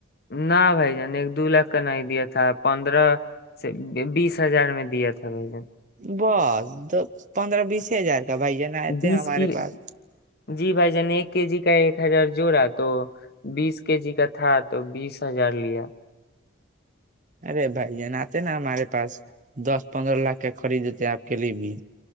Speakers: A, on the left; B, on the right.
A: نہ بھائی جان ایک دو لاکھ کا نہیں دیا تھا پندرہ سے بیس ہزار میں دیا تھا بھائی جن
B: بس پندرہ بیس ہزار تو بھائی جان آئے تھ
A: بیس
B: ہیں ہمارے
A: کی
B: پاس
A: جی بھائی جان ایک کے جی کا ایک ہزار جوڑا تو بیس کے جی کا تھا تو بیس ہزار لیا
B: ارے بھائی ج ن آتے نا ہمارے پاس دس پندرہ لاکھ کے خریدتے آپ کے لیے بھی